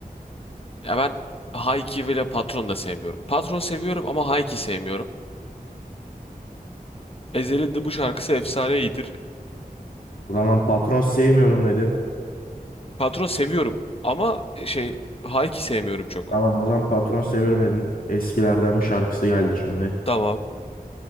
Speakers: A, on the left; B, on the left.
A: Ya ben Hayki ve Patron da sevmiyorum. Patron seviyorum ama Hayki sevmiyorum. Ezhel'in de bu şarkısı efsane iyidir.
B: O zaman patron sevmiyorum dedin.
A: Patron seviyorum ama e, şey Hayki sevmiyorum çok.
B: Tamam o zaman patron seviyorum dedin. Eskilerden bir şarkısı geldi şimdi.
A: Tamam.